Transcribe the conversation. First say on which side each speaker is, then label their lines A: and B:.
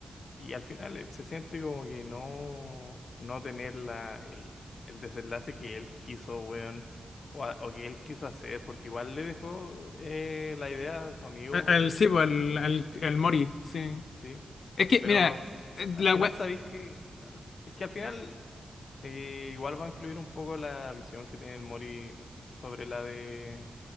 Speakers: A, on the left; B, on the left.
A: Y al final eh, se siente como que no, no tener la, el, el desenlace que él quiso, weón, o, a- o que él quiso hacer, porque igual le dejó eh, la idea a su amigo,
B: al, al-
A: weón.
B: sí, pues, al, al,
A: Sí,
B: al Mori, sí.
A: sí.
B: Es que,
A: pero
B: mira,
A: s-
B: eh,
A: al
B: la
A: final
B: wea-
A: sabéis que, al- es que al final eh, igual va a influir un poco la visión que tiene el Mori sobre la de,